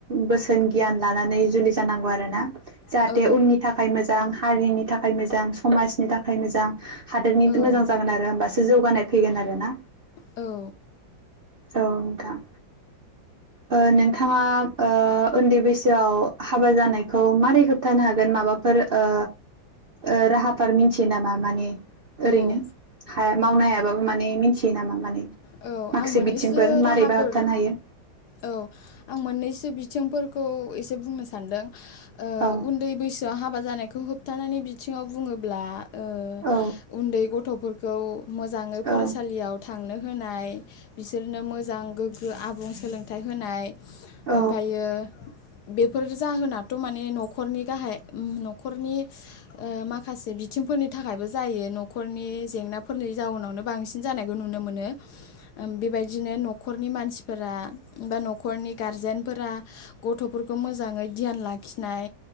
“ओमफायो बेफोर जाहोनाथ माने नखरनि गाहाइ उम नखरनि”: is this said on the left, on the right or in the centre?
Left